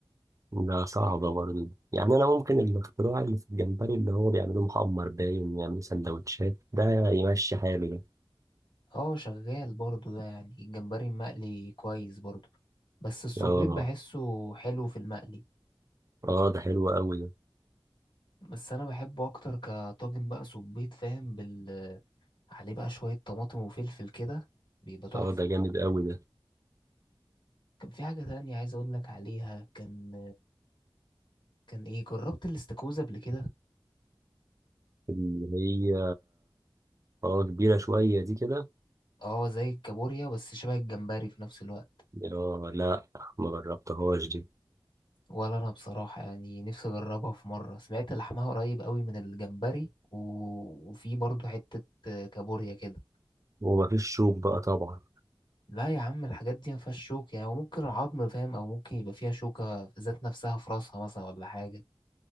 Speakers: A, on the right; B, on the left.
A: لا صعبة برضه يعني أنا ممكن الاختراع اللي في الجمبري اللي هو بيعملوه محمر باين يعملوا سندوتشات ده يمشي حاله ده
B: اه شغال برضه ده يعني الجمبري المقلي كويس برضه بس الصبيط
A: اه
B: بحسه حلو في المقلي
A: اه ده حلو أوي ده
B: بس أنا بحبه أكتر كطاجن بقى صبيط فاهم بال عليه بقى شوية طماطم وفلفل كده بيبقى تحفة
A: اه ده جامد أوي ده
B: كان في حاجة تانية عايز أقول لك عليها كان كان إيه جربت الاستاكوزا قبل كده
A: اللي هي اه كبيرة شوية دي كده
B: أه زي الكابوريا بس شبه الجمبري في نفس الوقت
A: اه لا ما جربتهاش دي
B: ولا أنا بصراحة يعني نفسي أجربها في مرة سمعت لحمها قريب قوي من الجمبري و... وفي برضو حتة كابوريا كده
A: ومفيش شوك بقى طبعا
B: لا يا عم الحاجات دي ما فيهاش شوك يعني ممكن العظم فاهم أو ممكن يبقى فيها شوكة ذات نفسها في راسها مثلا ولا حاجة